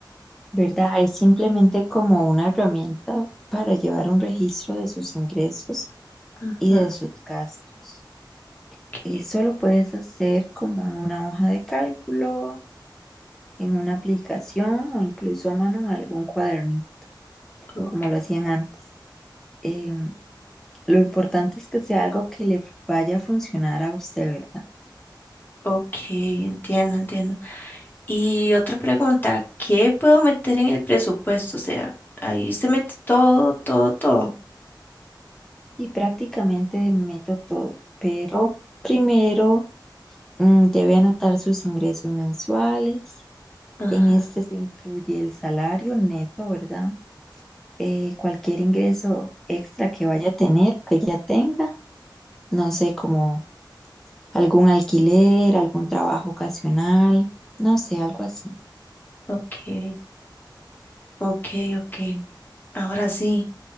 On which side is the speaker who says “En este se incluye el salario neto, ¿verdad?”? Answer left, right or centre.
Centre